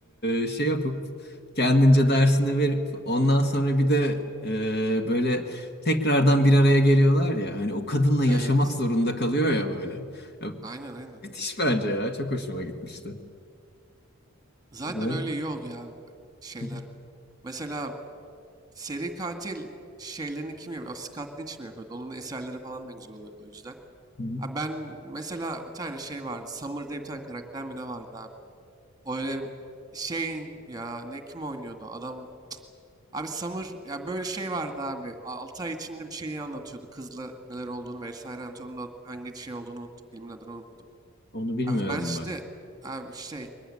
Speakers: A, on the left; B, on the right.
A: e, şey yapıp kendince dersini verip ondan sonra bir de e, böyle tekrardan bir araya geliyorlar ya. Hani o kadınla yaşamak
B: Evet.
A: zorunda kalıyor ya böyle. Ya,
B: Aynen aynen.
A: müthiş bence ya. Çok hoşuma gitmişti.
B: Zaten
A: Böyle.
B: öyle iyi oluyor abi şeyler.
A: Hı hı.
B: Mesela seri katil şeylerini kim yapıyor? Aa, Scott Lynch mi yapıyordu? Onun eserleri falan da güzel oluyordu o yüzden.
A: Hı hı.
B: Abi ben mesela bir tane şey vardı. Summer diye bir tane karakter mi ne vardı abi? O Öyle şey ya ne kim oynuyordu? Adam abi Summer ya böyle şey vardı abi. 6 ay içinde bir şeyi anlatıyordu. Kızla neler olduğunu vesaire anlatıyordu. Onun da Hangi şey olduğunu unuttum. Filmin adını unuttum.
A: Onu bilmiyorum
B: Abi ben işte
A: bak.
B: abi şey